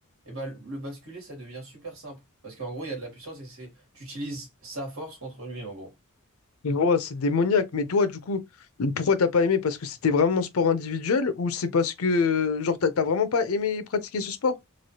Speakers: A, on the right (about 75°); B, on the left (about 85°).
A: et ben le le basculer ça devient super simple parce qu'en gros, il y a de la puissance et c'est tu utilises sa force contre lui en gros.
B: je vois, c'est démoniaque. Mais toi, du coup, pourquoi t'as pas aimé? Parce que c'était vraiment sport individuel ou c'est parce que, genre, t'as t'as vraiment pas aimé pratiquer ce sport?